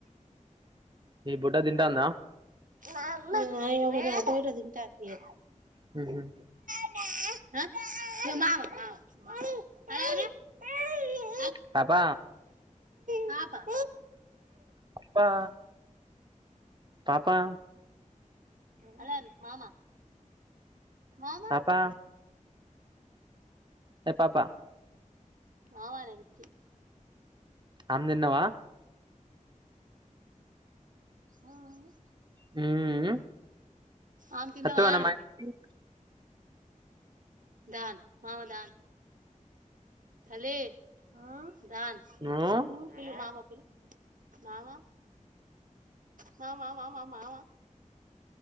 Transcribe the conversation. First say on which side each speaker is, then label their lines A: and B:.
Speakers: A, on the right (about 35°); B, on the right (about 80°).
A: ఈ బుడ్డ తింటందా
B: ఆ ఇగ కొంచెం అటో ఇటో తింటది ఇగ
A: హు హుమ్
B: ఆ ఇగ మామ మామ ఆ హలో అను
A: పాప
B: పాప
A: పప్పా పాపా
B: ఆలో అను మామ మామ
A: పాపా ఏ పాప
B: ఆవాల విచ్చి
A: ఆమ్దిన్నవా
B: ఆ హు
A: మ్మ్ మ్
B: ఆమె తిన్నవా
A: అత్తవనే
B: అను
A: మా ఇంటికి
B: దాన్ మామ దాన్ తల్లి ఆ డాన్స్
A: మ్మ్
B: పిలు మామ పిలు మామా మా మా మా మా